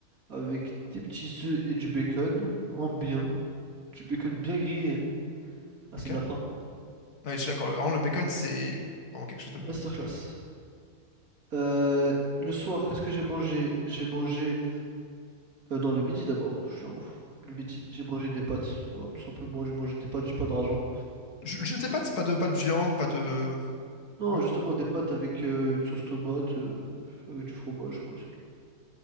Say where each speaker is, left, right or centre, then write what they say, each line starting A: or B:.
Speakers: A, on the right; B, on the left.
A: avec des petits œufs et du bacon en bien, du bacon bien grillé. hein. Ah,
B: Ok.
A: c'est de la frappe.
B: Ouais, je suis d'accord. Vraiment, le bacon, c'est vraiment quelque chose de bon.
A: Masterclass. Euh, le soir, qu'est-ce que j'ai mangé? J'ai mangé. Euh, non, le midi d'abord. Je suis un ouf. Le midi, j'ai mangé des pâtes. Voilà, tout simplement, j'ai mangé des pâtes, j'ai pas d'argent.
B: Je, je t'ai pas de, pas de, pas de viande, pas de...
A: Non,
B: Non?
A: justement, des pâtes avec euh, une sauce tomate, euh, avec du fromage, quoi, c'est tout.